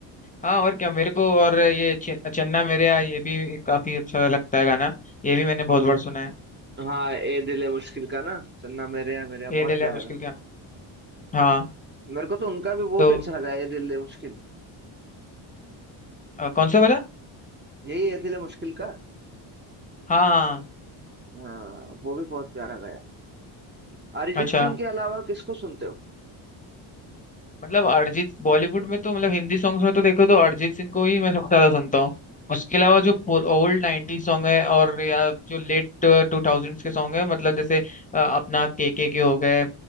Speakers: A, on the left; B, on the right.
A: हाँ और क्या मेरे को और ये चे- चन्ना मेरे आ ये भी काफी अच्छा लगता है गाना ये भी मैंने बहुत बार सुना है
B: था। हाँ ए दिल है मुश्किल का ना चन्ना मेरे या मेरे यहाँ
A: ये
B: बहुत
A: दिल
B: प्यारा
A: है मुश्किल
B: गाना
A: क्या हाँ
B: मेरे को तो उनका भी वो
A: तो
B: भी अच्छा लगा ए दिल है मुश्किल
A: अ, कौन सा वाला
B: यही ए दिल है मुश्किल का
A: हाँ हाँ
B: हाँ वो भी बहुत प्यारा गाया अरिजीत
A: अच्छा
B: सिंह के अलावा किसको सुनते हो
A: मतलब अरिजीत बॉलीवुड में तो मतलब हिंदी सॉन्ग्स में तो देखो तो अरिजीत सिंह को ही मैं सबसे ज्यादा सुनता हूँ उसके अलावा जो ओल्ड नाइनटी सॉन्ग है और या जो लेट टू थाउजेंड्स के सॉन्ग है मतलब जैसे अ, अपना के के के हो गए